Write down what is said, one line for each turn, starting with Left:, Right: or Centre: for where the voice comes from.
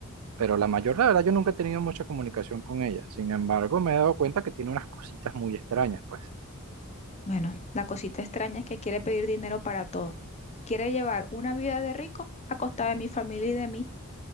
Right: Pero la mayor, la verdad, yo nunca he tenido mucha comunicación con ella. Sin embargo, me he dado cuenta que tiene unas cositas muy extrañas, pues.
Left: Bueno, la cosita extraña es que quiere pedir dinero para todo, quiere llevar una vida de rico a costa de mi familia y de mí.